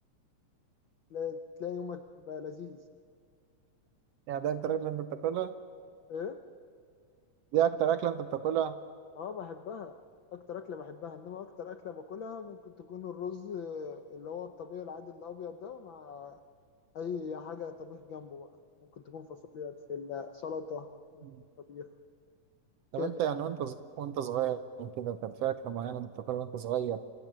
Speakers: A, on the left; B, on the right.
A: تلاقي تلاقي يومك بقى لذيذ
B: يعني ده اكتر اكله انت بتاكلها
A: ايه
B: دي اكتر اكله انت بتاكلها
A: اه بحبها اكتر اكله بحبها انما اكتر اكله باكلها ممكن تكون الرز آه، اللي هو الطبيعي العادي الابيض ده مع اي حاجه طبيخ جنبه بقى ممكن تكون فاصوليا بسله سلطه
B: مم.
A: طبيخ
B: طب
A: كده
B: انت يعني وانت ص- وانت صغير كده كان في اكله معينه انت بتاكلها وانت صغير